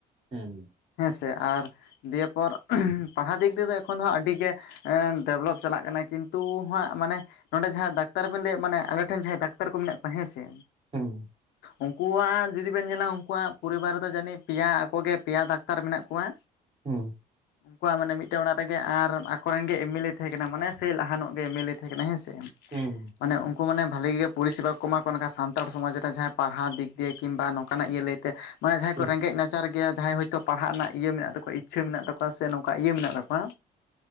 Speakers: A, on the right; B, on the left.
A: ᱦᱩᱸ
B: ᱦᱮᱸ ᱥᱮ ᱟᱨ ᱫᱤᱭᱮᱯᱚᱨ ᱯᱟᱲᱦᱟᱣ ᱫᱤᱠ ᱫᱤᱭᱮ ᱮᱠᱷᱚᱱ ᱫᱚ ᱟᱹᱰᱤ ᱜᱮ ᱰᱮᱵᱷᱞᱚᱯ ᱪᱟᱞᱟᱜ ᱠᱟᱱᱟ, ᱠᱤᱱᱛᱩ ᱦᱟᱸᱜ ᱢᱟᱱᱮ ᱱᱚᱸᱰᱮ ᱡᱟᱦᱟᱸᱭ ᱰᱟᱠᱛᱟᱨ ᱵᱮᱱ ᱞᱟᱹᱭ ᱮᱫ ᱢᱟᱱᱮ ᱟᱞᱮ ᱴᱷᱮᱱ ᱡᱟᱦᱟᱸᱭ ᱰᱟᱠᱛᱟᱨ ᱠᱚ ᱢᱮᱱᱟᱜ ᱠᱚᱣᱟ ᱦᱮᱸ ᱥᱮ
A: ᱦᱩᱸ
B: ᱩᱱᱠᱩᱣᱟᱜ ᱡᱩᱫᱤ ᱵᱮᱱ ᱧᱮᱞᱟ ᱩᱱᱠᱩᱣᱟᱜ ᱯᱚᱨᱤᱵᱟᱨ ᱨᱮᱫᱚ ᱡᱟᱹᱱᱤᱡ ᱯᱮᱭᱟ ᱟᱠᱚᱜᱮ ᱯᱮᱭᱟ ᱰᱟᱠᱛᱟᱨ ᱢᱮᱱᱟᱜ ᱠᱚᱣᱟ,
A: ᱦᱩᱸ
B: ᱩᱱᱠᱩᱣᱟᱜ ᱢᱟᱱᱮ ᱢᱤᱫᱴᱮᱱ ᱚᱲᱟᱜ ᱨᱮᱜᱮ ᱟᱨ ᱟᱠᱚᱨᱮᱱ ᱜᱮ ᱮᱢᱮᱞᱮ ᱛᱟᱦᱮᱸ ᱠᱟᱱᱟ ᱢᱟᱱᱮ ᱥᱮ ᱞᱟᱦᱟᱱᱚᱜ ᱜᱮ ᱮᱢᱞᱮ ᱛᱟᱦᱮᱸ ᱠᱟᱱᱟ ᱦᱮᱸᱥᱮ ᱾
A: ᱦᱩᱸ
B: ᱢᱟᱱᱮ ᱩᱱᱠᱩ ᱢᱟᱱᱮ ᱵᱷᱟᱹᱞᱮ ᱜᱮ ᱯᱚᱨᱤᱥᱮᱵᱟ ᱠᱚ ᱮᱢᱟ ᱠᱚᱣᱟ ᱢᱮᱱ ᱥᱟᱱᱛᱟᱲ ᱥᱚᱢᱟᱡᱽ ᱨᱮ ᱡᱟᱦᱟᱸᱭ ᱯᱟᱲᱦᱟᱣ ᱫᱤᱠ ᱫᱤᱭᱮ ᱠᱤᱢᱵᱟ ᱱᱚᱝᱠᱟ ᱱᱟᱜ ᱤᱭᱟᱹ ᱞᱟᱹᱭᱛᱮ ᱢᱟᱱᱮ ᱡᱟᱦᱟᱸᱭ
A: ᱦᱩᱸ
B: ᱠᱚ ᱨᱮᱸᱜᱮᱡ ᱱᱟᱪ ᱱᱟᱪᱟᱨ ᱜᱮᱭᱟ ᱡᱟᱦᱟᱸᱭ ᱦᱳᱭᱛᱳ ᱯᱟᱲᱦᱟᱜ ᱨᱮᱱᱟᱜ ᱤᱭᱟᱹ ᱢᱮᱱᱟᱜ ᱛᱟᱠᱚᱣᱟ ᱤᱪᱪᱷᱟᱹ ᱢᱮᱱᱟᱜ ᱛᱟᱠᱚᱣᱟ ᱥᱮ ᱱᱚᱝᱠᱟ ᱤᱭᱟᱹ ᱢᱮᱱᱟᱜ ᱛᱟᱠᱚᱣᱟ